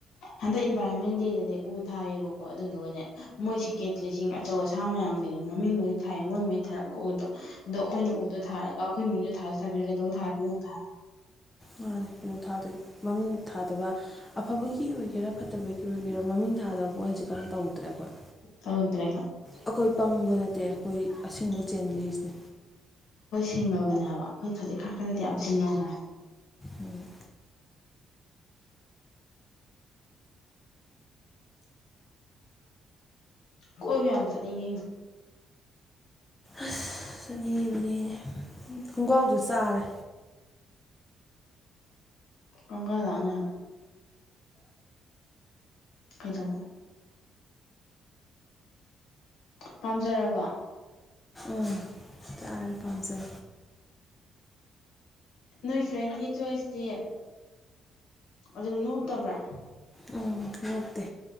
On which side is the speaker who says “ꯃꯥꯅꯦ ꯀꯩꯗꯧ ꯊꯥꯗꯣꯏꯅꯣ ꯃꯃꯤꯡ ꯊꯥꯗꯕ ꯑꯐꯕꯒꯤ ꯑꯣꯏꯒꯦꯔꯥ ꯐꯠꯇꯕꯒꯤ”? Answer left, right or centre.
Left